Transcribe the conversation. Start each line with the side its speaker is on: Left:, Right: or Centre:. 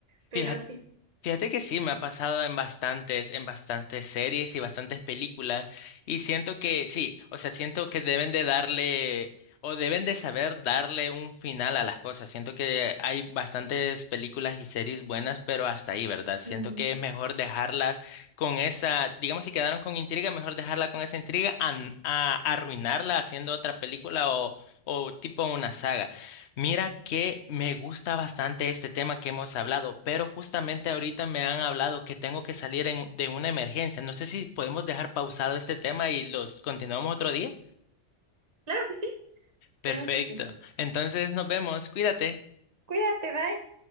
Right: pero
Left: Fíjate.
Right: sí,
Left: Fíjate que sí, me ha pasado en bastantes, en bastantes series y bastantes películas y siento que sí, o sea, siento que deben de darle o deben de saber darle un final a las cosas. Siento que hay bastantes películas y series buenas, pero hasta ahí, ¿verdad? Siento
Right: mm,
Left: que es mejor dejarlas con esa, digamos, si quedaron con intriga, mejor dejarla con esa intriga a, a arruinarla haciendo otra película o, o tipo una saga. Mira que me gusta bastante este tema que hemos hablado, pero justamente ahorita me han hablado que tengo que salir en- de una emergencia. No sé si podemos dejar pausado este tema y los continuamos otro día.
Right: claro que sí,
Left: Perfecto.
Right: claro que sí,
Left: Entonces nos vemos. Cuídate.
Right: cuídate, bye.